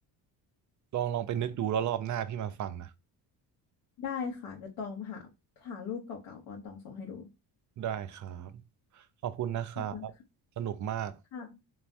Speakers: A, on the right; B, on the left.
A: ลองลองไปนึกดูแล้วรอบหน้าพี่มาฟังนะ
B: ได้ค่ะเดี๋ยวตองหาหารูปเก่าๆก่อนตองส่งให้ดู
A: ได้ครับขอบคุณนะครับสนุกมาก
B: ขอบคุณค่ะ